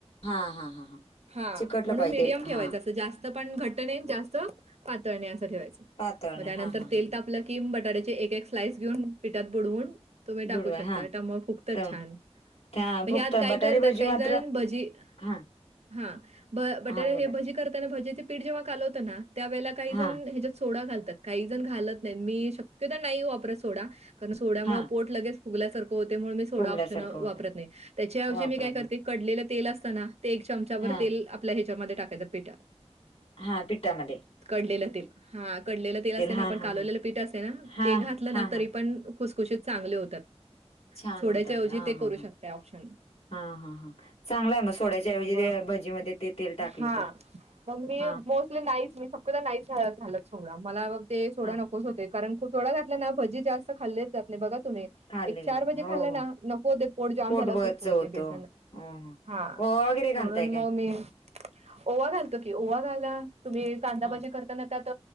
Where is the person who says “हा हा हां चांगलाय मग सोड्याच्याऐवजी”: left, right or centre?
Left